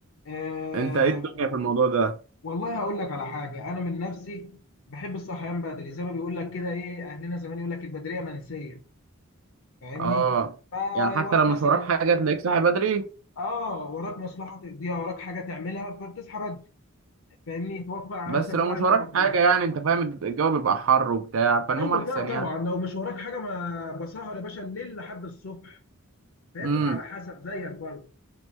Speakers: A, on the left; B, on the right.
A: آه
B: انت ايه الدنيا في الموضوع ده
A: والله هقول لك على حاجه انا من نفسي بحب الصحيان بدري زي ما بيقول لك كده ايه اهلنا زمان يقول لك البدريه منسيه فاهمني
B: اه
A: فوراك
B: يعني حتى لو مش
A: مثلا
B: وراك حاجه تلاقيك صاحي بدري
A: اه وراك مصلحه تقضيها وراك حاجه تعملها فبتصحى بدري فاهمني توفر على
B: بس
A: نفسك
B: لو
A: وقت
B: مش وراك
A: ومجهود
B: حاجه يعني انت فاهم الجو بيبقى حر وبتاع فالنوم
A: ايوه
B: احسن
A: لا طبعا لو مش وراك حاجه ما بسهر يا باشا الليل لحد الصبح فهي
B: يعني
A: بتبقى على حسب زيك برضه